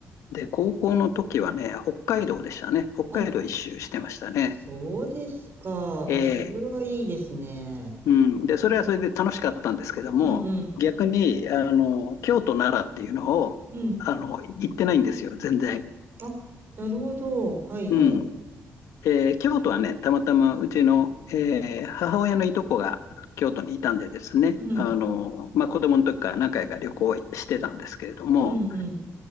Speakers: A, on the left; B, on the right.
A: で、高校の時はね、北海道でしたね。北海道一周してましたね。
B: あ、そうですか。
A: ええ
B: あ、それはいいですね。
A: うん。で、それはそれで楽しかったんですけども、
B: へえうんうん、
A: 逆に、あの、京都、奈良っていうのを、
B: うん。
A: あの、行ってないんですよ、全然。
B: あ、なるほど。はいはい。
A: うん。えー京都はね、たまたまうちの、えー母親のいとこが京都にいたんでですね、
B: うん。
A: あの、まあ、子供の時から何回か旅行してたんですけれども、
B: うんうん。